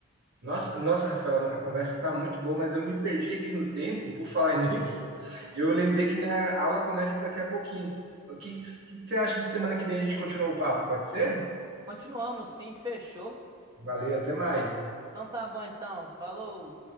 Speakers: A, on the right; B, on the right.
A: Nossa, nossa, Rafael, a conversa está muito boa, mas eu me perdi aqui no tempo por falar <laughs> nisso. Eu lembrei que minha aula começa daqui a pouquinho. O que, que você acha de semana que vem a gente continuar o papo? Pode ser?
B: Continuamos, sim, fechou.
A: Valeu, até mais.
B: Então tá bom, então. Falou.